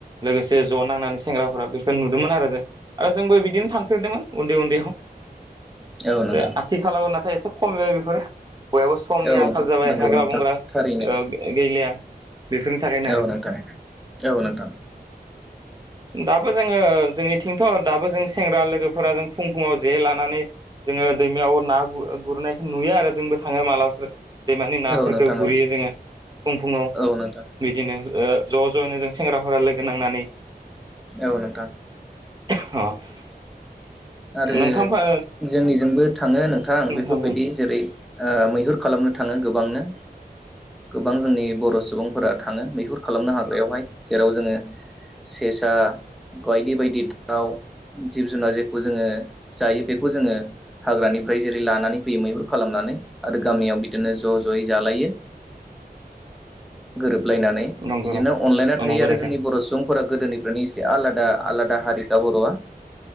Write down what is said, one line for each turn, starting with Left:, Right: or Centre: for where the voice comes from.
Right: लोगोसे ज नांनानै सेंग्राफोरा बे जों नुदोंमोन आरो जे ओ जोंबो बिदिनो थांफेरदोंमोन उन्दै उन्दै आव
Centre: औ नोंथां
Right: आथिखालाव नाथाय सब खम जायो बेफोरो बयहाबो समनि
Centre: औ
Right: आंखाल जाबाय
Centre: नंगौ
Right: हाग्रा
Centre: नोंथां
Right: बंग्रा
Centre: थारैनो
Right: ओ गैलिया बेफोरनि थाखायनो आरो
Centre: औ नोंथां औ नोंथां
Right: दाबो जोङो जोंनिथिंथ दाबो जों सेंग्रा लोगोफोरा जों फुं फुङाव जे लानानै जोङो दैमायाव ना गु गुरनायखौ नुयो आरो जोंबो थाङो मालाबाफोर दैमानि नाफोरखौ
Centre: औ नोंथां
Right: गुरैयो
Centre: औ
Right: जोङो फुं फुङाव
Centre: औ नोंथां
Right: बिदिनो ओ ज जयैनो जों सेंग्राफोरा लोगो नांनानै
Centre: औ नोंथां
Right: अ <unintelligible>
Centre: आरो
Right: नोंथांफा
Centre: जोंनिजोंबो थाङो नों थां
Right: नोंथां
Centre: बेफोरबायदि
Right: बुं अ
Centre: जेरै ओ मैहुर खालामनो था थाङो गोबांनो गोबां जोंनि बर सुबुंफोरा थाङो मैहुर खालामनो हाग्रायावहाय जेराव जोङो सेसा बायदि बायदि गिाव <unintelligible> जिब जुनार जि जोङो जायो बेखौ जोङो हाग्रानिफ्राय जेरै लानानै फैयो मैहुर खालामनानै आरो गामियाव बिदिनो ज जयै जालायो गोरोब लायनानै
Right: नंगौ
Centre: बिदिनो अनलायना थायो
Right: नंगौ
Centre: आरो
Right: नोंथां
Centre: जोंनि बर सुबुंफोरा गोदोनिफ्रायनो एसे आला दा आलादा हारिका बर'आ